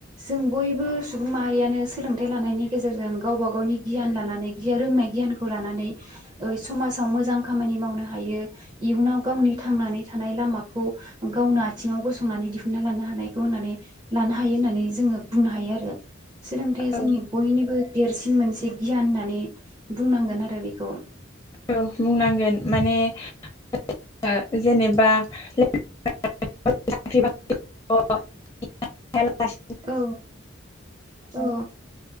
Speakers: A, on the right; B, on the left.
A: जों बयबो सु सुबुं माहारियानो सोलोंथाइ लानायनि गेजेरजों गावबा गावनि गियान लानानै गिया रोंनाय गियानखौ लानानै ओइ समाजाव मोजां खामानि मावनो हायो इयुनाव गावनि थांनानै थानाय लामाखौ गावनो आथिङाव गसंनानै दिहुनन्ना लानो हानायखौ होननानै लानो हायो होननानै जोङो बुंनो हायो आरो। सोलोंथाइया जोंनि
B: औ
A: बयनिबो देरस सिन मोनसे गियान होननानै बुंनांगोन आरो बेखौ
B: औ बुंनांगोन माने <inaudible> जेनेबा ले <unintelligible>
A: औ औ